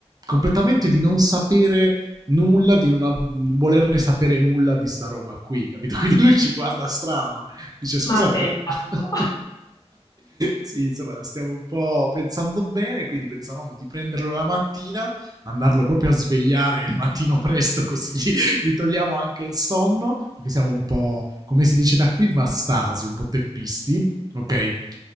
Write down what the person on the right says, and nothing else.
completamente di non sapere nulla, di non av- volerne sapere nulla di sta roba qui, capito? <laughs> Quindi lui ci guarda strano, dice scusate,
ra- <laughs>
sì, insomma, la stiamo un po' pensando bene, quindi pensavamo di prenderlo la mattina, andarlo proprio a svegliare il mattino presto, così gli, gli togliamo anche il sonno, perché siamo un po', come si dice da qui, vastasi, un po' teppisti, ok?